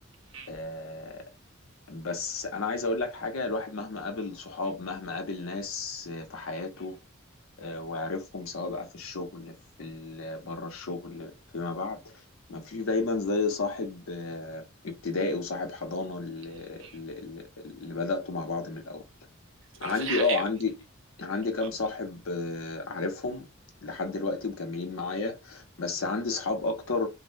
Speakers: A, on the right; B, on the left.
A: مم،
B: آه بس انا عايز اقول لك حاجه الواحد مهما قابل صحاب مهما قابل ناس آه، في حياته آه وعرفهم سواء بقى في الشغل في ال- بره الشغل فيما بعد ما فيش دايما زي صاحب آه، ابتدائي وصاحب حضانه اللي,
A: مم.
B: اللي, اللي اللي بدأتوا مع بعض من الاول
A: أنا
B: عندي
A: في الحقيقة
B: اه عندي عندي كام
A: آه،
B: صاحب آه، عارفهم لحد دلوقتي مكملين معايا بس عندي صحاب اكتر